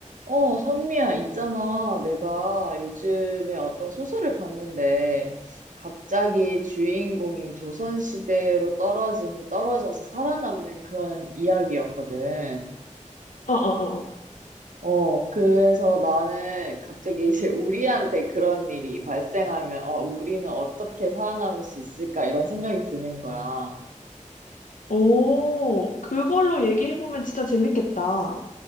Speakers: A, on the right; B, on the left.
A: 어, 선미야, 있잖아. 내가 요즘에 어떤 소설을 봤는데, 갑자기 주인공이 조선시대로 떨어진, 떨어져서 살아남는 그런 이야기였거든.
B: 어, 어, 어.
A: 어, 그래서 나는 갑자기 <laughs> 이제 우리한테 그런 일이 발생하면, 어, 우리는 어떻게 살아남을 수 있을까? 이런 생각이 드는 거야.
B: 오, 그걸로 얘기해보면 진짜 재밌겠다.